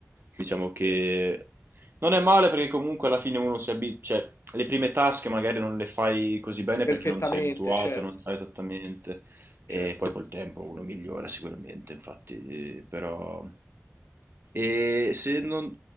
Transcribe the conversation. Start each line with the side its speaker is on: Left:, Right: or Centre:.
Right: diciamo
Left: Ok.
Right: che non è male perché comunque alla fine uno si abitua, cioè le prime task magari non le fai così bene
Left: Perfettamente,
Right: perché non sei abituato,
Left: certo.
Right: non sai esattamente e
Left: Certo.
Right: poi col tempo uno migliora sicuramente, infatti, però... E se non,